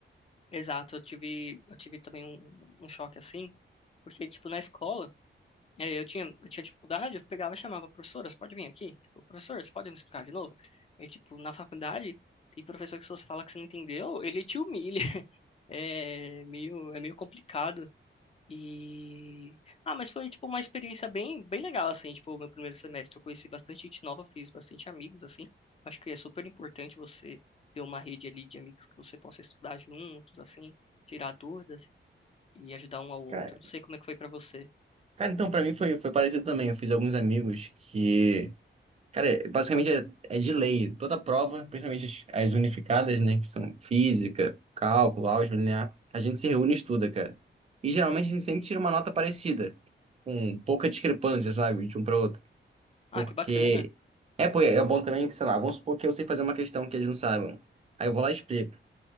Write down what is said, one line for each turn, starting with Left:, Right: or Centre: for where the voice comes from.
Left: Exato, eu tive, eu tive também um, um choque assim, porque, tipo, na escola, É, eu tinha, eu tinha dificuldade, eu pegava e chamava, professora, você pode vir aqui? Tipo, professor, você pode me explicar de novo? É tipo, na faculdade, tem professor que se você fala que você não entendeu, ele te humilha. <laughs> É meio, é meio complicado. E... Ah, mas foi, tipo, uma experiência bem, bem legal, assim, tipo, o meu primeiro semestre. Eu conheci bastante gente nova, fiz bastante amigos, assim. Acho que é super importante você ter uma rede ali de amigos que você possa estudar juntos, assim, tirar dúvidas e ajudar um ao outro.
Right: Cara,
Left: Não sei como é que foi pra você.
Right: cara, então, pra mim foi, foi parecido também. Eu fiz alguns amigos que, cara, basicamente é, é de lei. Toda prova, principalmente as, as unificadas, né? Que são física, cálculo, álgebra linear, a gente se reúne e estuda, cara. E geralmente a gente sempre tira uma nota parecida, com pouca discrepância, sabe? De um para outro.
Left: Ah,
Right: Porque
Left: que bacana.
Right: é, pô, é bom também que, sei lá, vamos supor que eu sei fazer uma questão que eles não saibam. Aí eu vou lá e explico.